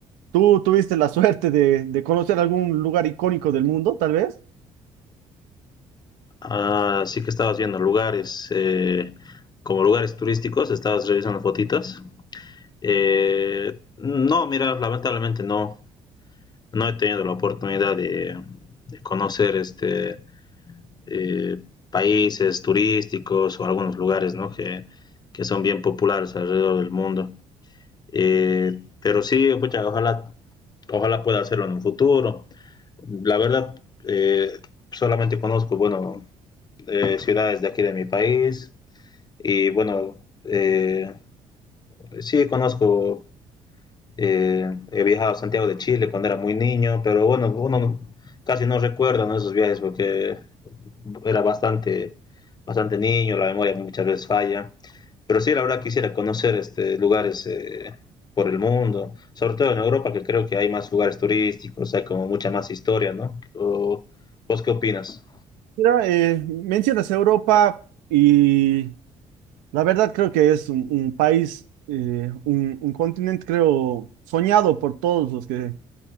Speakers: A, on the right; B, on the left.
A: ¿Tú tuviste la suerte de, de conocer algún lugar icónico del mundo, tal vez?
B: Ah, sí que estabas viendo lugares, eh, como lugares turísticos, estabas revisando fotitos. Eh, no, mira, lamentablemente no, no he tenido la oportunidad de, de conocer este eh, países turísticos o algunos lugares, ¿no? que, que son bien populares alrededor del mundo. Eh, pero sí, pucha, ojalá, ojalá pueda hacerlo en un futuro. La verdad, eh, solamente conozco, bueno, eh, ciudades de aquí de mi país y bueno, eh, sí conozco eh, he viajado a Santiago de Chile cuando era muy niño, pero bueno, uno no, casi no recuerda ¿no? esos viajes porque era bastante, bastante niño, la memoria muchas veces falla. Pero sí, la verdad quisiera conocer este, lugares eh, por el mundo, sobre todo en Europa, que creo que hay más lugares turísticos, hay como mucha más historia, ¿no? O, ¿Vos qué opinas?
A: Mira, eh, mencionas Europa y La verdad creo que es un, un país, eh, un, un continente creo soñado por todos los que